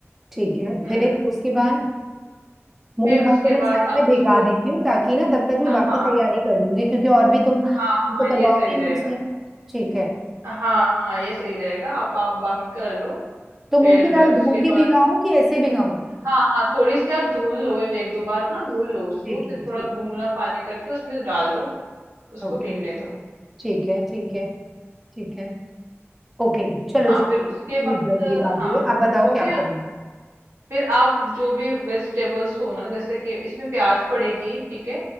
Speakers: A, in the centre; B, on the right (about 75°).
A: ठीक है
B: हम्म
A: फिर उसके बाद मूंग
B: फिर
A: दाल
B: उसके
A: को मैं
B: बाद
A: साइड में
B: आप
A: भिगा
B: उसको
A: देती हूँ ताकि ना तब तक मैं
B: हाँ
A: बाकी तैयारी कर लूंगी क्योंकि और भी तुम तुम
B: हाँ
A: तो
B: हाँ
A: करवाओगे
B: ये सही
A: ही
B: रहेगा
A: मुझसे ठीक है
B: हाँ हाँ ये सही रहेगा आप, आप बाकी कर लो
A: तो मूंग
B: फिर
A: की दाल
B: उसके
A: धो के
B: बाद
A: भिगाऊं कि ऐसे भिगाऊं
B: हाँ हाँ थोड़ी सी आप धुल लो एक दो बार ना धुल लो उसको
A: ठीक
B: फिर
A: है
B: थोड़ा
A: ठीक
B: गुनगुना पानी करके उसमें डाल दो उसको
A: ओके
B: भीगने दो
A: ठीक है ठीक है ठीक है ओके चलो
B: हाँ
A: जी
B: फिर उसके
A: ठीक
B: बाद
A: है भिगा
B: हाँ
A: दिए आप बताओ
B: वो हो
A: क्या
B: गया
A: करूँ
B: फिर आप जो भी वेजिटेबल्स हो ना जैसे कि इसमें प्याज पड़ेगी ठीक है